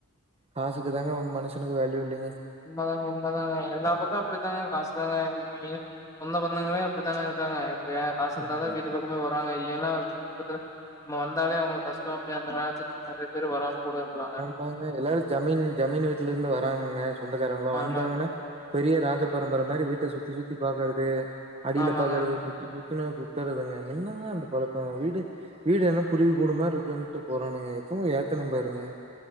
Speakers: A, on the right; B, on the left.
A: காசுக்குதாங்க மனுஷனுக்கு வேல்யூ இல்லேங்க
B: உண்மதாங்க உண்மதாங்க எல்லா பக்கோ அப்டித்தாங்க காசு தாங்க மெயின் சொந்த பந்தங்களே அப்டித்தான இருக்காங்க! இப்ப ஏ காசு இருந்தாதா
A: ம்.
B: வீட்டு பக்கமே வரு வாங்க இல்லன்னா வீட்டு பக்கத்தில நம்ம வந்தாலே அவுங்களுக்கு கஷ்டோ அப்டி நெனச்சிட்டு நெறைய பேரு வராம கூட இருக்லாங்க
A: பாருங்க. எல்லாரு ஜமீன் ஜமீன் வீட்ல இருந்து வராங்கக சொந்தக்காரங்களா வந்தாங்கனா
B: ஆமா
A: பெரிய ராஜபரம்பர மாரி வீட்ட சுத்தி சுத்தி பாக்கறது. அடில
B: ஆமாங்க
A: பாக்கறது இது சுத்துனா சுத்தறதுங்க என்னங்க அந்த பழக்கோ வீடு வீடு என்ன குருவி கூடுமார் இருக்குன்ட்டு போறானுக எப்பவு ஏத்தன பாருங்க